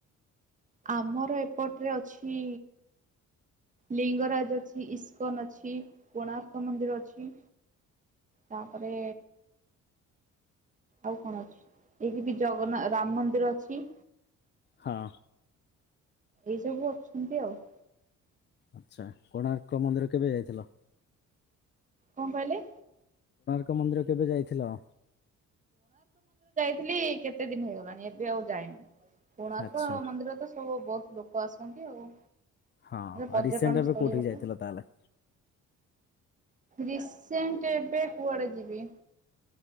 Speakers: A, on the right; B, on the left.
A: ଆମର ଏପଟରେ ଅଛି ଲିଙ୍ଗରାଜ ଅଛି, ଇସ୍କନ ଅଛି, କୋଣାର୍କ ମନ୍ଦିର ଅଛି। ତାପରେ ଆଉ କଣ ଅଛି ଏଇଠି ବି ଜଗନ୍ନା ରାମ ମନ୍ଦିର ଅଛି।
B: ହଁ।
A: ଏଇ ସବୁ ଅଛନ୍ତି ଆଉ।
B: ଆଚ୍ଛା କୋଣାର୍କ ମନ୍ଦିର କେବେ ଯାଇଥିଲ?
A: କଣ କହିଲେ?
B: କୋଣାର୍କ ମନ୍ଦିର କେବେ ଯାଇଥିଲ?
A: ଥିଲ କେତେ ଦିନ ହେଇଗଲାଣି ଏବେ ଆଉ ଯାଇନି କୋଣାର୍କ
B: ଆଚ୍ଛା
A: ମନ୍ଦିର ତ ସବୁ ବ ଲୋକ ଆସନ୍ତି ଆଉ।
B: ହଁ
A: ପର୍ଯ୍ୟଟନ
B: ଆଉ ରିସେଣ୍ଟ ଏବେ
A: ସ୍ଥଳୀ
B: କୋଠିକି
A: ଗୋଟେ
B: ଯାଇଥିଲ ତାହେଲେ?
A: ରିସେଣ୍ଟ ଏବେ କୁଆଡେ ଯିବି?